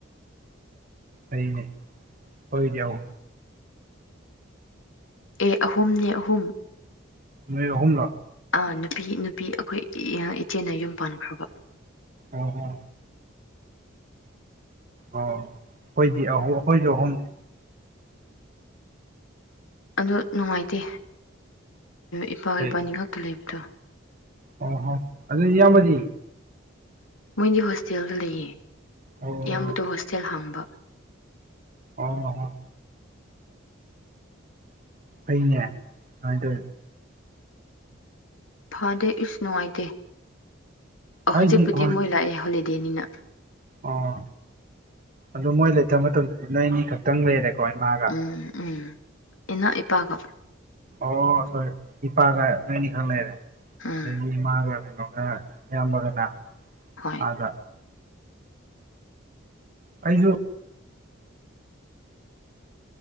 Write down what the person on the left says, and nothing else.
ꯑꯦ ꯑꯍꯨꯝꯅꯦ ꯑꯍꯨꯝ
ꯑ ꯅꯨꯄꯤ ꯅꯨꯄꯤ ꯑꯩꯈꯣꯏ ꯏꯆꯦꯅ ꯌꯨꯝ ꯄꯥꯟꯈ꯭ꯔꯕ
ꯑꯗꯣ ꯅꯨꯡꯉꯥꯏꯇꯦ ꯏꯄꯥ
ꯏꯄꯥꯅꯤ ꯉꯛꯇ ꯂꯩꯕꯗꯣ
ꯃꯣꯏꯗꯤ ꯍꯣꯁꯇꯦꯜꯗ ꯂꯩꯌꯦ
ꯏꯌꯥꯝꯕꯗꯣ ꯍꯣꯁꯇꯦꯜ ꯍꯥꯡꯕ
ꯐꯗꯦ ꯏꯁ ꯅꯨꯡꯉꯥꯏꯇꯦ
ꯍꯧꯖꯤꯛꯄꯨꯗꯤ
ꯃꯣꯏ ꯂꯥꯛꯑꯦ ꯍꯣꯜꯂꯤ ꯗꯦꯅꯤꯅ
ꯎꯝ ꯎꯝ ꯏꯅꯥ ꯏꯄꯥꯒ
ꯎꯝ
ꯍꯣꯏ